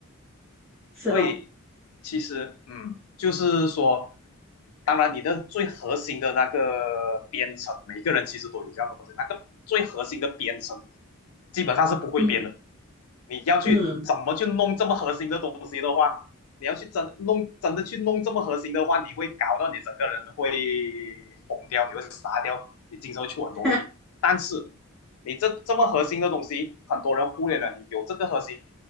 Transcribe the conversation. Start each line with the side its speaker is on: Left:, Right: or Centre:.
Centre: 是咯，
Left: 所以其实，嗯，就是说，当然你的最核心的那个编程，每个人其实都有这样的东西，那个最核心的编程基本上是不会编的，
Centre: 嗯
Left: 你要去怎么去弄这么核心的东西的话，
Centre: 嗯，
Left: 你要去真弄真的去弄这么核心的话，你会搞到你整个人会疯掉，你会傻掉，你经常会出很多问题。
Centre: <laughs>
Left: 但是你这这么核心的东西，很多人忽略了。你有这个核心，